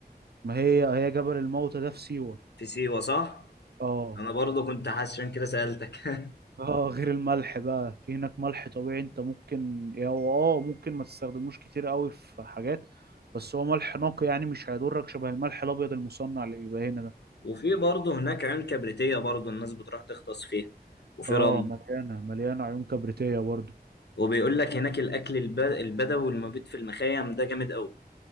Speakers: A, on the right; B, on the left.
A: ما هي هي جبل الموت ده في سيوة
B: في سيوة صح
A: اه
B: انا برضو كنت حاسس عشان كده سألتك <laughs>
A: اه غير الملح بقى في هناك ملح طبيعي انت ممكن يا هو اه ممكن ما تستخدموش كتير قوي في حاجات بس هو ملح نقي يعني مش هيضرك شبه الملح الابيض المصنع اللي بيبقى هنا ده
B: وفي برضو هناك عيون كبريتية برضو الناس بتروح تغطس فيها وفي
A: اه
B: رمل
A: مليانة مليانة عيون كبريتية برضو
B: وبيقول لك هناك الاكل الب- البدوي والمبيت في المخيم ده جامد قوي